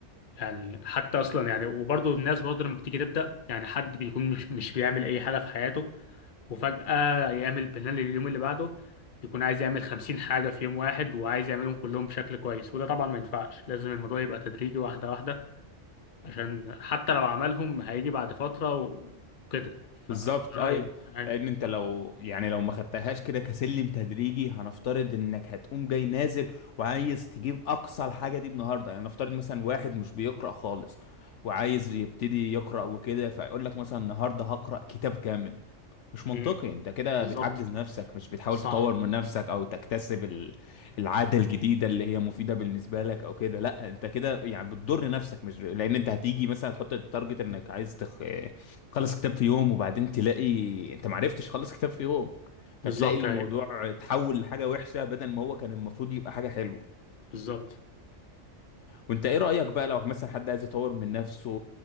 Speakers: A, on the left; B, on the left.
A: يعني حتى أصلا يعني وبرضه الناس برضه لما بتيجي تبدأ يعني حد بيكون مش مش بيعمل أي حاجة في حياته وفجأة يعمل بلان لليوم اللي بعده بيكون عايز يعمل خمسين حاجة في يوم واحد وعايز يعملهم كلهم بشكل كويس وده طبعا ما ينفعش لازم الموضوع يبقى تدريجي واحدة واحدة عشان حتى لو عملهم هيجي بعد فترة وكده فرأيي
B: بالظبط ايوه
A: يعني-
B: لان انت لو يعني لو ما خدتهاش كده كسلم تدريجي هنفترض انك هتقوم جاي نازل وعايز تجيب اقصى الحاجه دي النهارده يعني نفترض مثلا واحد مش بيقرا خالص وعايز يبتدي يقرا وكده فيقول لك مثلا النهارده هقرا كتاب كامل مش منطقي
A: مم.
B: انت كده
A: بالظبط
B: بتعجز نفسك مش بتحاول
A: صح
B: تطور من نفسك او تكتسب ال- العادة الجديدة اللي هي مفيدة بالنسبة لك او كده لا انت كده يعني بتضر نفسك مش لان انت هتيجي مثلا هتحط التارجت انك عايز تخ... تخلص كتاب في يوم وبعدين تلاقي انت معرفتش تخلص كتاب في يوم
A: بالظبط
B: فتلاقي الموضوع
A: أيوة
B: اتحول لحاجة وحشة بدل ما هو كان المفروض يبقى حاجة حلوة
A: بالظبط
B: وانت ايه رأيك بقى لو مثلا حد عايز يطور من نفسه